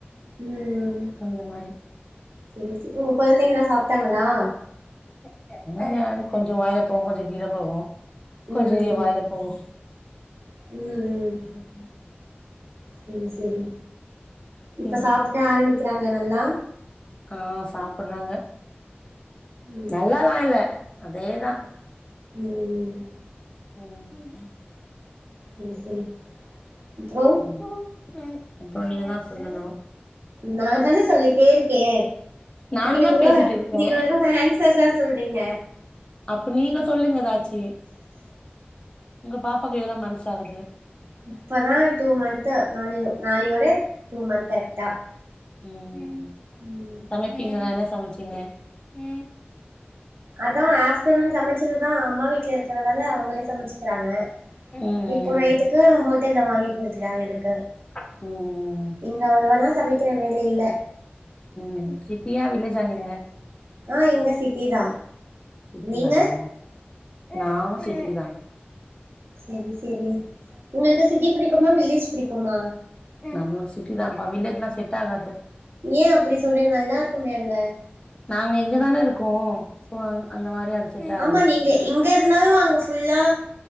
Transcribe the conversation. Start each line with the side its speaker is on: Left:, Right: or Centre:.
Right: ம்
Left: அந்த மாரி
Right: செரி செ உங்க கொழந்தைங்கெல்லா சாப்ட்டாங்களா
Left: <unintelligible> கொஞ்சோ வாயில போகு கொஞ்சோ கீழ போகு
Right: ம்
Left: கொஞ்சோ ஏ வாயில போகு
Right: ம் ம் ம்
Left: <inaudible>
Right: செரி செரி இப்ப
Left: ம்
Right: சாப்பிட ஆரம்பிக்கிறாங்க நல்லா
Left: ஆ சாப்ட்றாங்க
Right: ம்
Left: நல்லலா இல்ல அதேதா
Right: ம்
Left: ம்
Right: செரி செரி அப்றோ
Left: ம் அப்றோ நீங்க தா சொல்லணு
Right: நா தானே சொல்லிட்டே இருக்கே
Left: நானு
Right: நீங்க
Left: தா
Right: வெற
Left: பேசிட்டு இருக்கே
Right: நீங்க வெறு அன்ஸ் சர் தா சொல்றீங்க
Left: அப்போ நீங்க சொல்லுங்க எதச்சி உங்க பாப்பாக்கு எவ்ளோ மன்ஸ் ஆகுது
Right: இப்பதா டூ மந்த்து நாளோட டூ மந்த் கரெக்டா
Left: ம்
Right: ம்
Left: சமைப்பீங்கள என்னா சமச்சீங்க ம்
Right: அதா ஆஃப்டர்நூன் சமச்சதுதா அம்மா வீட்ல இருக் குறதால அவுங்களே சமச்சிக்கிறாங்க
Left: ம்
Right: இப்போ நைட்டுக்கு ஹோட்டல்ல வாங்கி குடுத்துடங்க எனக்கு
Left: ம் ம் ம்
Right: இங்க அவ்ளவால்லா சமைக்கிற வேல இல்ல
Left: நீங்க சிட்டியா வில்லேஜ்ஜா நீங்க
Right: ஆ இங்க சிட்டி தா
Left: சிட்டி
Right: நீங்க
Left: தான நானு சிட்டிதா
Right: செரி செரி உங்களுக்கு சிட்டி புடிக்குமா வில்லேஜ் புடிக்குமா
Left: நம்மளுக்கு சிட்டி தானப்பா வில்லேஜ்ல்லா செட் ஆகாது
Right: ஏன் அப்டி சொல்றீங்க நல்லா இருக்குமே அங்க
Left: நாங்க இங்கதானே இருக்கோ அந்த மாரி அது செட் ஆகாது
Right: ஆமா நீங்க இங்க இருந்தாலு அங்க ஃபுல்லா